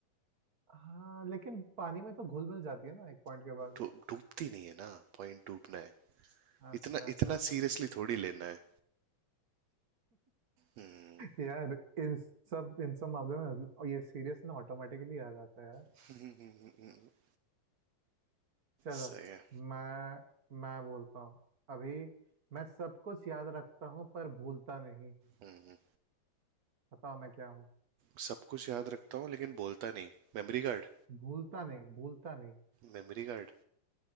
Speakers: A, on the right; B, on the right.
A: हाँ लेकिन पानी में तो घुल मिल जाती है ना एक पॉइंट के बाद
B: डू- डूबती नहीं है ना पॉइंट डूबना है
A: अच्छा
B: इतना
A: अच्छा
B: इतना
A: अच्छा
B: सीरियसली
A: अच्छा
B: थोड़ी लेना है हम्म
A: यार इन सब इन सब मामलों में और ये सीरियस ना ऑटोमेटिकली आ जाता है यार
B: <laughs>
A: चलो
B: सही है
A: मैं मैं बोलता हूँ अभी मैं सब कुछ याद रखता हूँ पर भूलता नहीं
B: हम्म
A: बताओ मैं क्या हूँ
B: सब कुछ याद रखता हूँ लेकिन बोलता नहीं Memory card
A: भूलता नहीं भूलता नहीं
B: Memory card